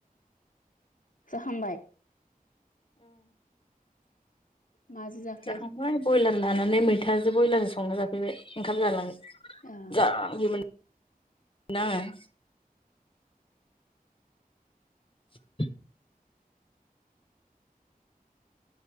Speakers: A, on the left (about 60°); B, on the left (about 35°).
A: जाखांबाय माजो जाखो
B: जाखांहबाय ब्रयलार लानानै मैथा जों ब्रयलारजों संना जाफैबाय ओंखाम जालाङाखैमोन
A: ओ
B: <unintelligible> <inaudible>